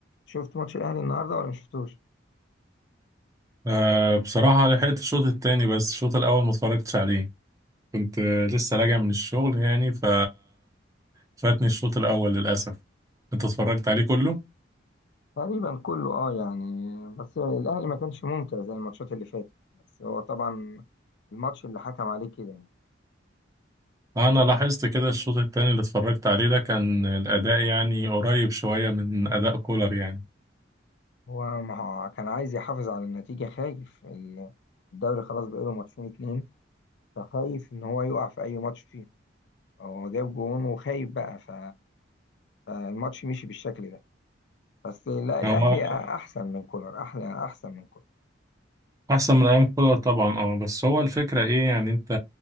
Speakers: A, on the left (about 65°); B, on the right (about 15°).
A: شفت ماتش الاهلي النهارده ولا مش شفتوش
B: أه بصراحة لحقت الشوط التاني بس الشوط الأول ما اتفرجتش عليه كنت آه، لسه راجع من الشغل يعني ف فاتني الشوط الأول للأسف أنت اتفرجت عليه كله؟
A: تقريبا كله اه يعني بس الاهلي ما كانش ممتع زي الماتشات اللي فاتت بس هو طبعا الماتش اللي حكم عليه كده يعني
B: أنا لاحظت كده الشوط التاني اللي اتفرجت عليه ده كان الأداء يعني قريب شوية من أداء كولر يعني
A: هو ما هو كان عايز يحافظ على النتيجه خايف ال- الدوري خلاص بقاله ماتشين اتنين فخايف ان هو يقع في اي ماتش فيه هو جاب جون وخايف بقى ف... فالماتش مشي بالشكل ده بس لا الاهلي
B: هو
A: احسن من كولر احلى احسن من كولر
B: أحسن من أيام كولر طبعا أه بس هو الفكرة إيه يعني أنت